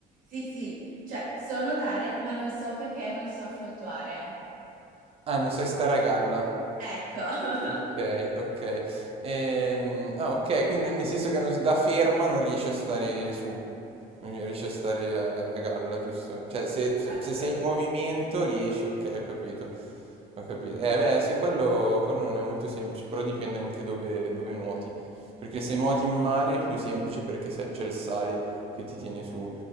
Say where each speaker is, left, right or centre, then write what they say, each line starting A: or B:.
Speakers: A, on the right; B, on the right.
A: Sì, sì, cioè so nuotare, ma non so perché non so fluttuare.
B: Ah, non sai stare a galla.
A: Ecco. <laughs>
B: Ok, ok. Ehm, ah, ok, quindi nel senso che non- da ferma non riesci a stare su, non riesci a stare a, a galla, giusto? Cioè, se, se-
A: Esatto.
B: se sei in movimento riesci, ok, ho capito. Ho capito. Eh, beh, sì, quello, quello non è molto semplice, però dipende anche dove, dove nuoti. Perché se nuoti in mare è più semplice perché se- c'è il sale che ti tiene su.